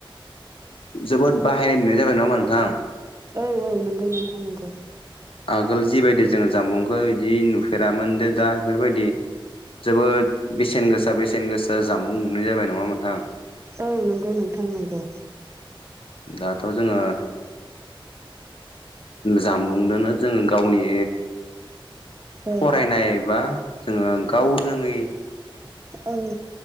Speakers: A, on the left (about 80°); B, on the right (about 30°).
A: जोबोद बाहायनाय नुनाय जाबाय नामा नोंथां
B: औ-औ नंगौ नोंथा नंगौ
A: आगोल जिबायदि जोङो जामबुंखौ इदि नुफेरामोन दा बेफोरबायदि जोबोद बेसेन गोसा बेसेन गोसा जामबुं नुनाय जाबाय नङा ओमबा नोंथां
B: औ नंगौ नोंथां नंगौ
A: दाथ' जोङो जामबुंदोनो जोङो गावनि
B: औ
A: फरायनाय बा जोङो गाव रोङै
B: औ